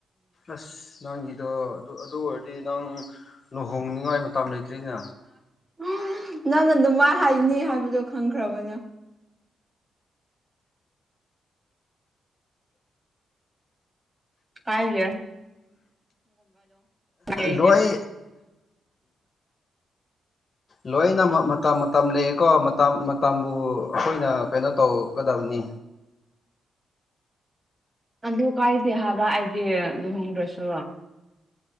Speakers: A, on the left (about 45°); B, on the right (about 25°).
A: ꯑꯁ ꯅꯪꯒꯤꯗꯣ ꯑꯗꯨ ꯑꯗꯨ ꯑꯣꯏꯔꯗꯤ ꯅꯪ ꯂꯨꯍꯣꯡꯅꯤꯉꯥꯏ ꯃꯇꯝ ꯂꯩꯇ꯭ꯔꯤꯅꯦ
B: ꯎꯝ ꯅꯪꯅ ꯑꯗꯨꯝ ꯃꯥ ꯍꯥꯏꯅꯤ ꯍꯥꯏꯕꯗꯣ ꯈꯪꯈ꯭ꯔꯕꯅꯦ ꯀꯥꯏꯒꯦ ꯍꯥꯏꯗꯤ ꯑꯩꯗꯤ
A: ꯂꯣꯏ
B: <inaudible>
A: ꯂꯣꯏꯅ ꯃꯀ ꯃꯇꯝ ꯃꯇꯝ ꯂꯩꯀꯣ ꯃꯇꯝ ꯃꯇꯝꯕꯨ ꯑꯩꯈꯣꯏꯅ ꯀꯩꯅꯣ ꯇꯧꯒꯗꯕꯅꯤ ꯅꯤ
B: ꯑꯗꯨ ꯀꯥꯏꯗꯦ ꯍꯥꯏꯕ ꯑꯩꯗꯤ ꯂꯨꯍꯣꯡꯗ꯭ꯔꯁꯨ